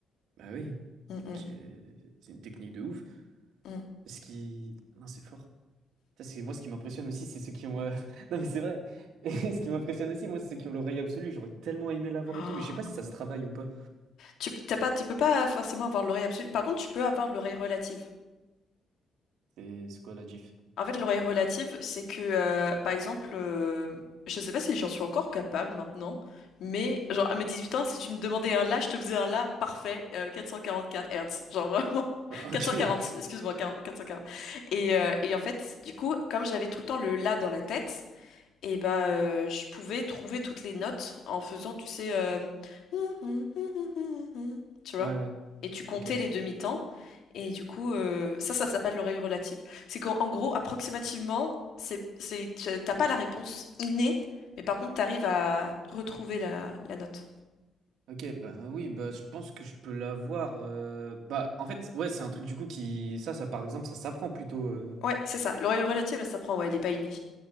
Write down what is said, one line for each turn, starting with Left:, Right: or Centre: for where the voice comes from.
Right: Bah oui.
Left: Mm, mm,
Right: Et qui est- c'est une technique de ouf.
Left: mm.
Right: Ce qui, non, c'est fort. Ça, c'est moi ce qui m'impressionne aussi, c'est ceux qui ont. euh, <laughs> Non mais c'est vrai. <laughs> Ce qui m'impressionne aussi, moi, c'est ceux qui ont l'oreille absolue. J'aurais tellement aimé l'avoir
Left: Oh.
Right: et tout, mais je sais pas si ça se travaille ou pas.
Left: Tu p- t'as pas, tu peux pas forcément avoir l'oreille absolue. Par contre, tu peux avoir l'oreille relative.
Right: C'est c'est quoi la gif?
Left: En fait, l'oreille relative, c'est que, euh, par exemple, euh, je sais pas si j'en suis encore capable maintenant, mais genre à mes 18 ans, si tu me demandais un la, je te faisais un la parfait, euh, 444 Hertz. Genre vraiment.
Right: <laughs>
Left: <laughs> 440,
Right: Ok.
Left: excuse-moi, 40 440. Et, euh, et en fait, du coup, comme j'avais tout le temps le la dans la tête, et bah, euh, je pouvais trouver toutes les notes en faisant, tu sais, euh, <laughs> tu vois.
Right: Ouais, ouais.
Left: Et tu comptais
Right: Ok,
Left: les demi-temps. Et du coup, euh, ça, ça s'appelle l'oreille relative. C'est qu'en en gros, approximativement, c'est, c'est, t'as pas la réponse innée, mais par contre, t'arrives à retrouver la, la note.
Right: ok, bah oui, bah je pense que je peux l'avoir. euh, Bah en fait, ouais, c'est un truc du coup qui. Ça, ça par exemple, ça s'apprend plutôt. euh,
Left: Ouais, c'est ça. L'oreille relative, elle s'apprend, ouais, elle est pas innée.